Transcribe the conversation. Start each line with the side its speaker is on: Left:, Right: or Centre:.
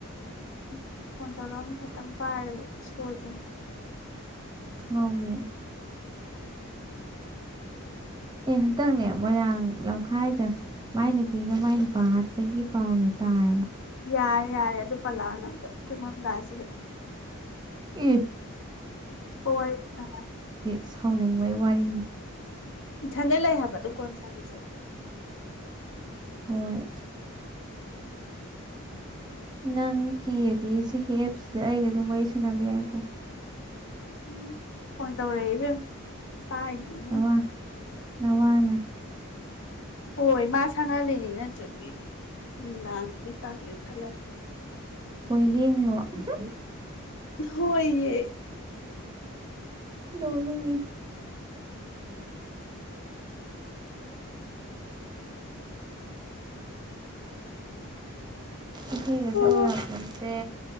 Left: ꯎꯝ ꯐꯣꯟ ꯇꯧꯔꯝ ꯈꯇꯪ ꯄꯥꯏꯔꯒ ꯁꯣꯏꯗꯅ
Right: ꯊꯨꯉꯥꯎꯕꯤ ꯑꯦ ꯍꯟꯇꯛꯅꯦ ꯃꯣꯏꯔꯥꯡ ꯂꯝꯈꯥꯏꯗ ꯃꯥꯏ ꯅꯨꯄꯤꯅ ꯃꯥꯏ ꯅꯨꯄꯥ ꯍꯥꯠꯄꯒꯤ ꯄꯥꯎꯗꯣ ꯇꯥꯔꯕ
Left: ꯌꯥꯔꯦ ꯌꯥꯔꯦ ꯑꯗꯨ ꯄꯜꯂꯛ ꯑꯅꯣ ꯑꯝꯇꯥ ꯊꯨꯃꯝꯗꯥꯢꯁꯤꯗ
Right: ꯢ
Left: ꯄꯣꯢꯞ ꯊꯝꯃꯣ
Right: ꯁꯥꯎꯅꯤꯡꯕꯩ ꯋꯥꯔꯤꯅꯤ
Left: ꯏꯊꯟꯗ ꯂꯩ ꯍꯥꯏꯕꯗꯣ ꯀꯣꯟ ꯁꯥꯟꯅꯁꯦ
Right: ꯍꯣꯏ ꯅꯪ ꯀꯤꯔꯗꯤ ꯁꯤꯒꯤ ꯑꯦꯞꯁꯤꯗ ꯑꯩꯒ ꯑꯗꯨꯝ ꯋꯥꯔꯤ ꯁꯥꯟꯅꯕ ꯌꯥꯏꯀꯣ
Left: ꯎꯝ ꯐꯣꯟ ꯇꯧꯔꯛꯑꯦ ꯢꯕꯦꯝꯃꯥ ꯄꯥꯢꯗꯤꯉꯨ
Right: ꯅꯋꯥ ꯅꯋꯥꯅ
Left: ꯍꯣꯏ ꯃꯥ ꯁꯪꯍꯜꯂꯤꯅꯤ ꯅꯠꯇ꯭ꯔꯗꯤ ꯅꯨꯃꯤꯗꯥꯡꯁꯤꯗꯤ ꯇꯜꯂꯤ ꯢꯇꯟ ꯂꯩ
Right: ꯀꯣꯏꯔꯦꯡꯂꯣ ꯎꯍꯝ ꯍꯝ
Left: ꯍꯣꯏꯌꯦ
Right: ꯅꯣꯛꯅꯤꯡꯉꯤ ꯢꯁꯤꯡꯒ ꯊꯛꯑꯣ
Left: ꯑꯣ
Right: ꯌꯥꯄꯣꯟꯇꯦ